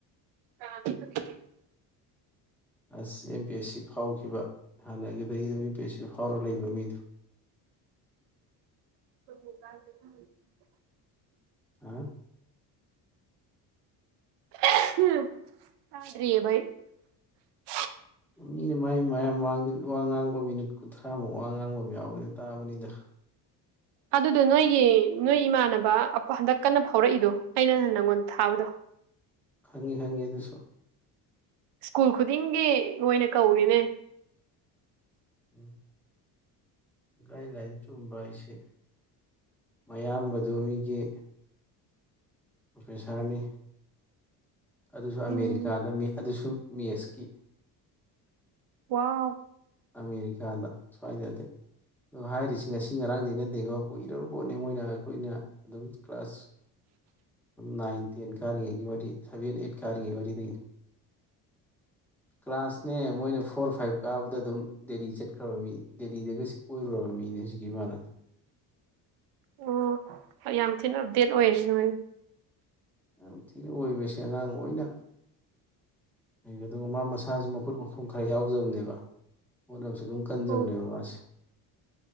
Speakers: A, on the right; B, in the centre.
A: ꯑ
B: ꯑꯁ ꯑꯦꯝ ꯄꯤ ꯑꯦꯁ ꯁꯤ ꯐꯥꯎꯈꯤꯕ ꯍꯥꯟꯅꯒꯤꯗꯒꯤ ꯑꯗꯨ ꯑꯦꯝ ꯄꯤ ꯑꯦꯁ ꯁꯤ ꯐꯥꯎꯔ ꯂꯩꯕ ꯃꯤꯗꯨꯣ
A: <inaudible>
B: ꯑ
A: ꯎꯌꯦ ꯏ
B: ꯃꯤꯅ ꯃꯥꯏ ꯃꯌꯥꯝ ꯃꯃꯥꯡꯗ ꯋꯥ ꯉꯥꯡꯕ ꯃꯤꯅꯤꯠ ꯀꯨꯟꯊ꯭ꯔꯥꯃꯨꯛ ꯋꯥ ꯉꯥꯡꯕꯝ ꯌꯥꯎꯋꯂ ꯇꯥꯕꯅꯤꯗ
A: ꯑꯗꯨꯗꯣ ꯅꯣꯏꯒꯤ ꯅꯣꯏ ꯏꯃꯥꯟꯅꯕ ꯑꯄ ꯍꯟꯗꯛ ꯀꯟꯅ ꯐꯥꯎꯔꯛꯏꯗꯣ ꯑꯩꯅ ꯅꯪꯉꯣꯟꯗ ꯊꯥꯕꯗꯨ
B: ꯈꯪꯉꯤ ꯈꯪꯉꯤ ꯑꯗꯨꯁꯨ
A: ꯁ꯭ꯀꯨꯜ ꯈꯨꯗꯤꯡꯒꯤ ꯃꯣꯏꯅ ꯀꯧꯔꯤꯅꯦ
B: ꯎꯝ ꯒꯥꯏꯗꯂꯥꯏꯟ ꯆꯨꯝꯕ ꯍꯥꯏꯁꯦ ꯃꯌꯥꯝꯕꯗꯣ ꯃꯤꯒꯤ ꯄꯣꯐꯦꯁꯔꯅꯤ ꯑꯗꯨꯁꯨ
A: ꯎꯝ
B: ꯑꯃꯦꯔꯤꯀꯥꯗ ꯃꯤ ꯑꯗꯨꯁꯨ ꯃꯦꯁꯀꯤ
A: ꯋꯥꯑꯣ
B: ꯑꯃꯦꯔꯤꯀꯥꯗ ꯁ꯭ꯋꯥꯏꯗ ꯅꯇꯦ ꯑꯗꯣ ꯍꯥꯏꯔꯤꯁꯤ ꯉꯁꯤ ꯉꯔꯥꯡꯗꯤ ꯅꯠꯇꯦꯀꯣ ꯀꯨꯏꯔꯨ ꯄꯣꯠꯅꯦ ꯃꯣꯏꯅ ꯑꯩꯈꯣꯏꯅ ꯑꯗꯨꯝ ꯀ꯭ꯂꯥꯁ ꯅꯥꯏꯟꯊ ꯇꯦꯟ ꯀꯥꯔꯤꯉꯩꯒꯤ ꯋꯥꯔꯤ ꯁꯕꯦꯟ ꯑꯩꯠ ꯀꯥꯔꯤꯉꯩ ꯋꯥꯔꯤꯗꯒꯤꯅꯤ ꯀ꯭ꯂꯥꯁ ꯅꯦ ꯃꯣꯏꯅ ꯐꯣꯔ ꯐꯥꯏꯚ ꯀꯥꯕꯗ ꯑꯗꯨꯝ ꯗꯦꯂꯤ ꯆꯠ <unintelligible> ꯗꯦꯜꯂꯤꯗꯒꯁꯤ ꯀꯣꯏꯔꯣꯕ ꯃꯤꯅꯦ ꯍꯧꯖꯤꯒꯤ ꯏꯃꯥꯟꯅꯕꯇꯨ꯫
A: ꯑꯣ ꯍꯩ ꯌꯥꯝ ꯊꯤꯅ ꯑꯞꯗꯦꯠ ꯑꯣꯏꯁꯤꯅꯤ ꯃꯣꯏ꯫
B: ꯌꯥꯝ ꯊꯤꯅ ꯑꯣꯏꯕꯁꯦ ꯑꯉꯥꯡ ꯑꯣꯏꯅ ꯑꯩꯂꯕ <unintelligible> ꯑꯗꯨꯒ ꯃꯥ ꯃꯁꯥꯁꯨ ꯃꯈꯨꯠ ꯃꯈꯣꯡ ꯈꯔ ꯌꯥꯎꯖꯕꯅꯦꯕ ꯍꯣꯠꯅꯕꯁꯨ ꯑꯗꯨꯝ ꯀꯟꯖꯕꯅꯦꯕ
A: ꯑꯣ
B: ꯃꯥꯁꯦ꯫